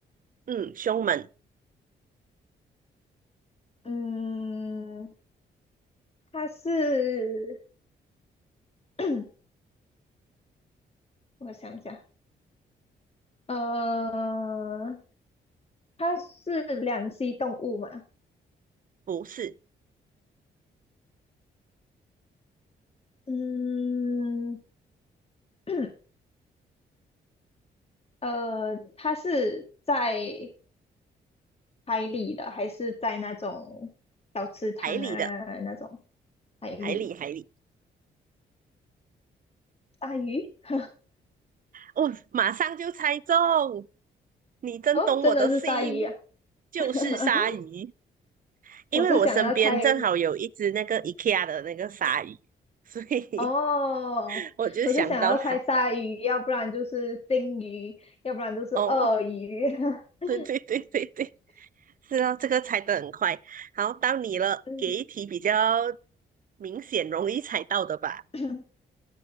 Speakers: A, on the right; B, on the left.
A: 嗯，胸门
B: 嗯，它是 <clears throat> 我想想，呃，它是两栖动物嘛？
A: 不是
B: 嗯，<clears throat> 呃，它是在海里的，还是在那种小池塘啊那种
A: 海里的，
B: 海里？
A: 海里海里，
B: 鲨鱼？<laughs>
A: 哦，马上就猜中，你真懂我的心，
B: 哦，真的是鲨鱼呀、
A: 就是鲨鱼，
B: 啊！<laughs>
A: 因为我身边正好有一只那个
B: 我是想要猜
A: IKEA 的那个鲨鱼，所以
B: 哦，
A: <laughs> 我就想到它。
B: 我是想要猜鲨鱼，要不然就是鲸鱼，要不然就是鳄鱼。
A: 哦，
B: <laughs>
A: 对对对对对，是啊，这个猜得很快。好，到你了，
B: 嗯
A: 给一题比较明显、容易猜到的吧，
B: <clears throat>